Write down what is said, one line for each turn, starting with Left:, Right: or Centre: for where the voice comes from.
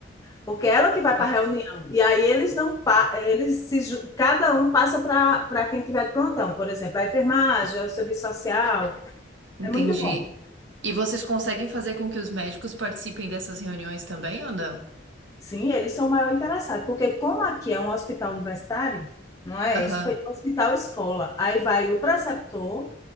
Left: Porque é ela que vai para
Right: É,
Left: a reunião. E aí eles não pa- eles se ju- cada um passa para para quem tiver de plantão, por exemplo, a enfermagem, o serviço social.
Right: entendi.
Left: É muito bom.
Right: E vocês conseguem fazer com que os médicos participem dessas reuniões também ou não?
Left: Sim, eles são o maior interessado, porque como aqui é um hospital universitário, não é?
Right: Aham.
Left: Isso, é Hospital escola. Aí vai o preceptor,